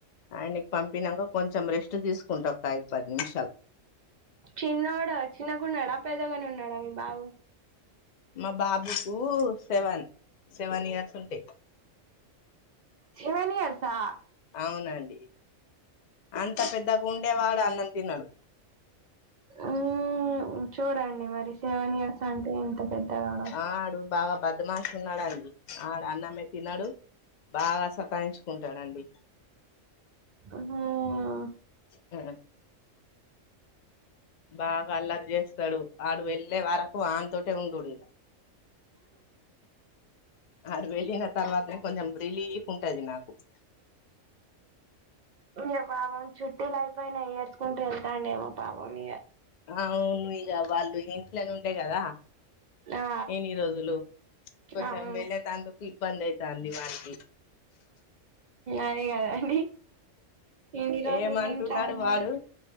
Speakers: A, on the left; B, on the right.
A: ఆయనకి పంపినాక కొంచెం రెస్ట్ తీసుకుంటా ఒక ఐదు పది నిమిషాల్
B: చిన్నోడు చిన్నగాన్నాడా పెద్దగానే ఉన్నాడా మీ బాబు
A: మా బాబుకు సెవెన్ సెవెన్ ఇయర్స్ ఉంటాయి
B: సెవెన్ ఇయర్స్ ఆ
A: అవునండి అంత పెద్దగా ఉండేవాడు అన్నం తినడు
B: ఉమ్ చూడండి మరి సెవెన్ ఇయర్స్ అంటే ఎంత పెద్దవాడో
A: ఆడు బాగా బద్మాష్ ఉన్నాడుండి ఆడు అన్నమే తిన్నాడు బాగా సతాయించుకుంటాడండి
B: ఆహ
A: చ ఆ బాగా అల్లరి చేస్తాడు వాడు వెళ్ళే వరకు ఆనితోటే ఉండడు ఇక ఆడు వెళ్ళిన తర్వాత నే కొంచెం రిలీఫ్ ఉంటది నాకు
B: ఇంక పాపం చుట్టలు అయిపోయినాయి ఏడ్చుకుంటూ వెళ్తాండేమో పాపం ఇక
A: అ అవును ఇక వాళ్ళు ఇంట్లోనే ఉండేయి కదా
B: ఆ
A: ఎన్ని రోజులు కొంచెం
B: అవును
A: వెళ్ళే తందుకు ఇబ్బంది అవుతుంది వాళ్ళకి
B: అదే కదండి ఎన్ని రోజులు
A: ఏమంటున్నాడు
B: ఇంట్లో ఉండి
A: వాడు